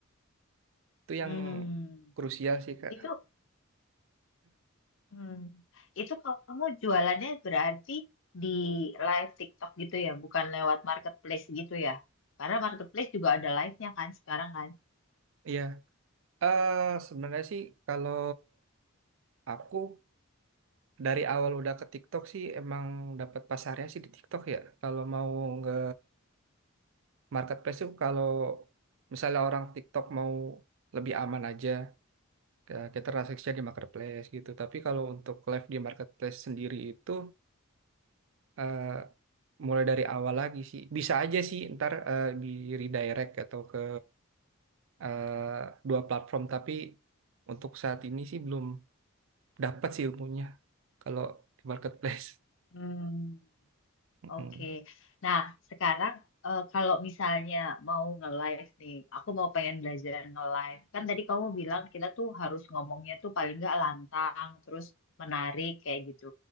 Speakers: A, on the right (about 60°); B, on the left (about 55°).
A: Itu
B: Hmm,
A: yang krusial sih, Kak.
B: itu, hmm, itu kamu jualannya berarti di live TikTok gitu ya, bukan lewat marketplace gitu ya? Karena marketplace juga ada live-nya kan sekarang kan?
A: Iya. Eh sebenarnya sih kalau aku dari awal udah ke TikTok sih emang dapat pasarnya sih di TikTok ya. Kalau mau nge marketplace tuh kalau misalnya orang TikTok mau lebih aman aja eh, kita transaksinya di marketplace gitu. Tapi kalau untuk live di marketplace sendiri itu eh mulai dari awal lagi sih. Bisa aja sih ntar eh, di redirect atau ke eh, dua platform tapi untuk saat ini sih belum dapat sih ilmunya kalau di marketplace.
B: Hmm,
A: Mm.
B: oke. Nah, sekarang eh, kalau misalnya mau nge-live nih, aku mau pengen belajar nge-live. Kan tadi kamu bilang kita tuh harus ngomongnya tuh paling nggak lantang, terus menarik kayak gitu.